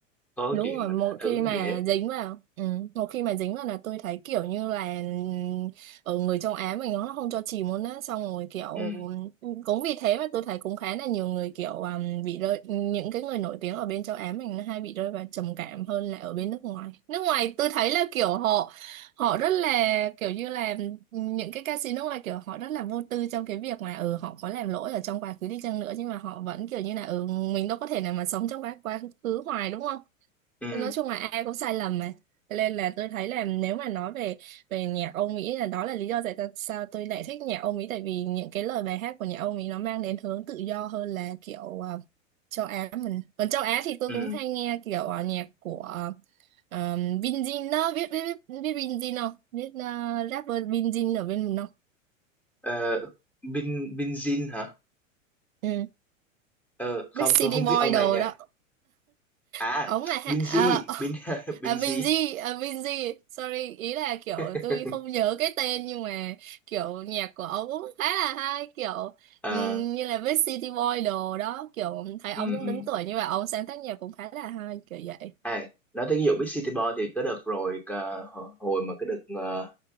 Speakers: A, in the centre; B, on the right (about 80°).
A: có
B: đúng
A: chuyện
B: rồi
A: mà
B: một
A: tha thứ
B: khi mà
A: gì hết
B: dính vào ừ, một khi mà dính vào là tôi thấy kiểu như là ừ, ở người châu Á mình nó không cho chìm luôn á xong rồi kiểu
A: ừ
B: ừ, cũng vì thế mà tôi thấy cũng khá là nhiều người kiểu um, bị rơi những cái người nổi tiếng ở bên châu Á mình nó hay bị rơi vào trầm cảm hơn là ở bên nước ngoài nước ngoài tôi thấy là kiểu họ họ rất là kiểu như là ừ, những cái ca sĩ nước ngoài kiểu họ rất là vô tư trong cái việc mà ừ họ có làm lỗi ở trong quá khứ đi chăng nữa nhưng mà họ vẫn kiểu như là ừ mình đâu có thể nào mà sống trong quá quá khứ hoài đúng không
A: ừ
B: nói chung là ai cũng sai lầm mà Cho nên là tôi thấy là nếu mà nói về về nhạc Âu Mỹ là đó là lý do tại ta- sao tôi lại thích nhạc Âu Mỹ tại vì những cái lời bài hát của nhạc Âu Mỹ nó mang đến hướng tự do hơn là kiểu ờ, châu Á mình còn châu Á thì tôi
A: ừ
B: cũng hay nghe kiểu ờ, nhạc của uh, Vin Jin đó biết biết biết biết Vin Jin không biết ờ, rapper Vin Jin ở bên mình không
A: Ờ, Bin Binzin hả
B: ừ.
A: Ờ, không
B: Big City
A: tôi không
B: Boy
A: biết ông
B: đồ
A: này nha
B: đó
A: à
B: ống này ha-
A: Binz
B: à,
A: Bin
B: <laughs>
A: <laughs> Binz
B: à, Binz à, Binz sorry ý là kiểu
A: <laughs>
B: tôi không nhớ cái tên nhưng mà kiểu nhạc của ông cũng khá là hay kiểu
A: Ờ,
B: ừm, như là với City Boy đồ đó kiểu thấy ông
A: ừ,
B: cũng
A: ừ.
B: đứng tuổi như vậy ông sáng tác nhạc cũng khá là hay kiểu vậy
A: À, nói tới ví dụ Big City Boy thì cái đợt rồi ờ, hồi hồi mà cái đợt ờ,